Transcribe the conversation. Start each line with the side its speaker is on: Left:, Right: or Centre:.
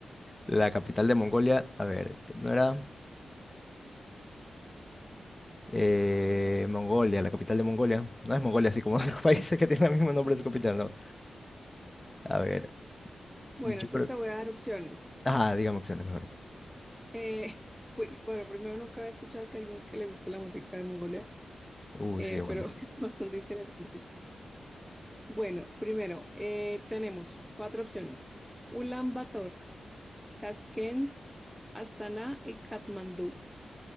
Left: la capital de Mongolia, a ver, ¿no era eh, Mongolia, la capital de Mongolia? No es Mongolia, así como <laughs> otros países que tienen el mismo nombre de su capital, no. A ver,
Centre: Bueno,
Left: yo
Centre: entonces
Left: creo...
Centre: te voy a dar opciones.
Left: Ah, digamos que es mejor.
Centre: Eh, <laughs> bu- bueno, primero nunca había escuchado que alguien que le guste la música de Mongolia,
Left: Uy,
Centre: eh,
Left: sí, es buena.
Centre: pero <laughs> es bastante interesante. Bueno, primero eh, tenemos cuatro opciones. Ulan Bator, Tashkent, Astana y Katmandú.